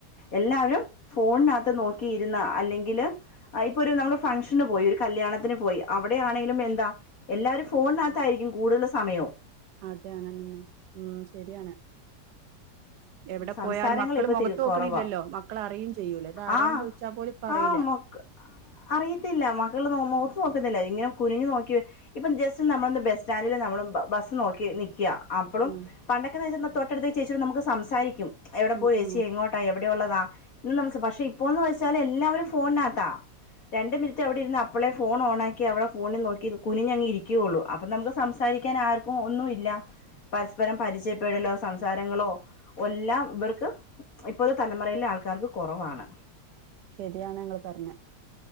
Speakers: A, on the left; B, on the right.
A: എല്ലാവരും ഫോണിനകത്ത് നോക്കിയിരുന്ന അല്ലെങ്കിൽ അ ഇപ്പൊ ഒരു നമ്മള് ഫംഗ്ഷന് പോയി ഒരു കല്യാണത്തിന് പോയി അവിടെയാണെങ്കിലും എന്താ എല്ലാവരും ഫോണിനകത്തായിരിക്കും കൂടുതൽ സമയം
B: അതെ അനെൻൻന്ന മ് ശെരിയാണ് എവിടെ
A: സംസാരങ്ങൾ
B: പോയാലും മക്കൾ
A: ഇപ്പോൾ
B: മൊഖത്തൊക്ക്ണില്ലല്ലോ
A: കുറവാ
B: മക്കൾ അറിയും ചെയ്യൂലാ ഇതാരാന്ന്
A: ആഹ്
B: ചോയിച്ചാപോലും പറീല്ല
A: ആഹ് മൊക്ക് അറിയത്തില്ല മക്കള് നോ മോ നോക്ക്ന്നില്ല ഇങ്ങനെ കുനിഞ്ഞു നോക്കി ഇപ്പൊജെസ്റ്റ് നമ്മളൊന്ന് ബെസ്സ്റ്റാൻഡില് നമ്മള്ബസ് നോക്കി നിക്കൃ അപ്പളും
B: ഉം
A: പണ്ടൊക്കെ നേച്ചന്ന തോട്ടടുത്ത ചേച്ചോട് നമുക്ക് സംസാരിക്കും എവിടെ
B: ഉം
A: പോയേച്ചി
B: ഉം
A: എങ്ങോട്ട് ട്ട എവിടൊള്ളതാ ഇന്ന് നമ്സെ പക്ഷെ ഇപ്പോന്ന് വെച്ചാൽ എല്ലാവരും ഫോണിനത്താ രണ്ട് മിനിട അവിടേരുന്നാ അപ്പളെ ഫോൺ ഓണാക്കി അവ്ടെ ഫോണിൽ നോക്കി കുഞ്ഞങ്ങി രിക്കേയൊള്ളൂ അപ്പൊ നമക്ക് സംസാരിക്കാൻ ആർക്കും ഒന്നും ഇല്ല പരസ്പരം പരിചയപ്പെടലോ സംസാരങ്ങളോ ഒല്ലാം ഇവർക്ക് ഇപ്പോത്തെ തലമുറയിലെ ആൾക്കാർക്ക് കൊറവാണ്
B: ശെരിയാണ് ങ്ങള് പറഞ്ഞെ